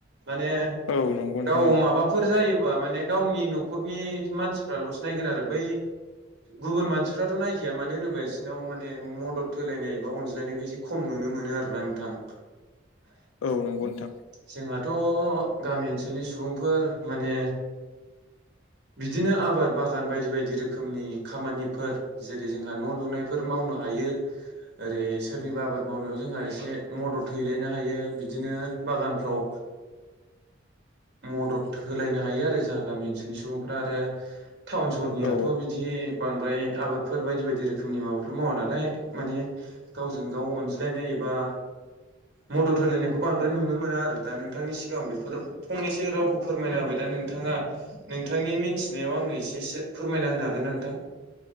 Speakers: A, on the right (about 55°); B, on the left (about 85°).
A: माने
B: औ नंगौ नोंथां
A: गाव
B: औ
A: माबाफोर जायोबा माने गावनि न'खरनि मानसिफ्राल'सो नायगोन आरो बै गुबुन मानसिफ्राथ' नायखाया मानो होनोबा बिसोरनाव माने मदद होलायनाय एबा अनज्लायनायखौ एसे खम नु नुनो मोनो आरोना नोंथां
B: औ नंगौ नोंथां
A: जोंहाथ' गामि ओनसोलनि सुबुंफोर माने बिदिनो आबाद बागान बायदि बायदि रोखोम रोखोमनि खामानिफोर जेरै जोंहा न' लुनायफोर मावनो हायो ओरै सोरनिबा आबाद मावनायाव जोंहा एसे मदद हैलायनो हायो बिदिनो बागानफ्राव मदद होलायनो हायो आरो जोंहा गामि ओनसोलनि सुबुंफ्रा आरो टाउन सहरनिया
B: औ
A: थ' बिदि बांद्राय आबादफोर बायदि बायदि रोखोमनि माबाफोर मावा नालाय माने गावजों गाव गाव अनज्लायनाय एबा मदद होलायनायखौ बांद्राय नुनो मोना आरो दा नोंथांनि सिगां बेफोर फंनैसो रावखौ फोरमायना होबाय दा नोंथाङा नोंथांनि मिनथिनायाव आंनो एसे एसे फोरमायना होनो हागोन ना नोंथां।